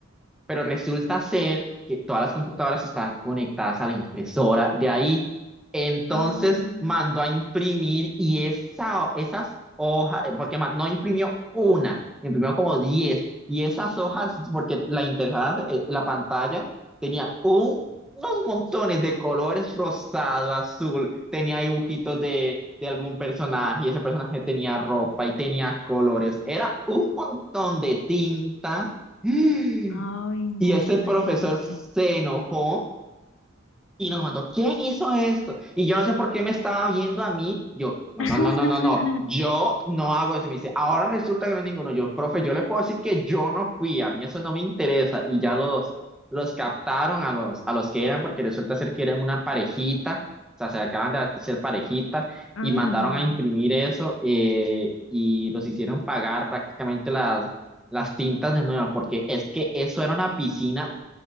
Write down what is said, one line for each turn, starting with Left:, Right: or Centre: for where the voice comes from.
Centre: pero resulta ser que todas las computadoras estaban conectadas a la impresora de ahí. Entonces
Left: ah,
Centre: mandó a imprimir y esa, esas hojas, eh, porque ma- no imprimió una, imprimió como diez Y esas hojas, porque la interfaz, eh, la pantalla, tenía un, unos montones de colores rosado, azul, tenía dibujitos de, de algún personaje y ese personaje tenía ropa y tenía colores. Era un montón de tinta. <gasps>
Left: ah, ay, no,
Centre: Y ese
Left: imagínese.
Centre: profesor se enojó y nos mandó, ¿quién hizo esto? Y yo no sé por qué me estaba viendo a mí. Yo, no,
Left: <laughs>
Centre: no, no, no, no, no, yo no hago eso. Y me dice, ahora resulta que no es ninguno. Yo, profe, yo le puedo decir que yo no fui, a mí eso no me interesa. Y ya los, los captaron a los, a los que eran, porque resulta ser que eran una parejita, o sea, se acaban de ser parejita
Left: Ah,
Centre: y mandaron a imprimir eso eh, y los hicieron pagar prácticamente las las tintas de nuevo, porque es que eso era una piscina